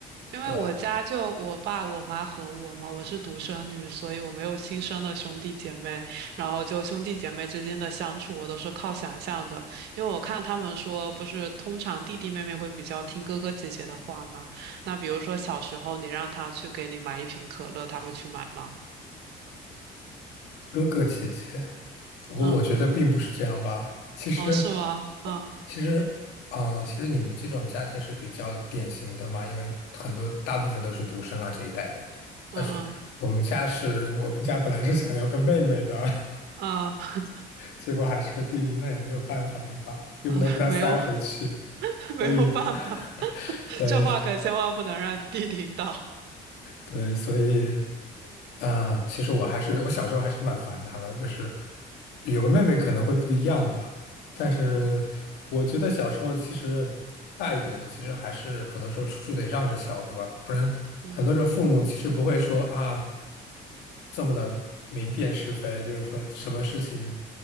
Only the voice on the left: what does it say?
对。
哥哥姐姐，我我觉得并不是这样吧。
其实，
其实，嗯、其实你们这种家庭是比较典型的嘛，因为很多大部分都是独生啦这一代人。但是我们家是，
我们家本来是想要个妹妹的，
<laughs> 结果还是个弟弟，那也没有办法，对吧？又不能给他塞回去，
所以，
<laughs> 对。
对，所以，啊，其实我还是我小时候还是蛮烦他的，就是有个妹妹可能会不一样吧，但是我觉得小时候其实大一点儿的，
其实还是很多时候处处得让着小的吧，不然很多时候父母其实不会说啊
这么的明辨是非，就是说什么事情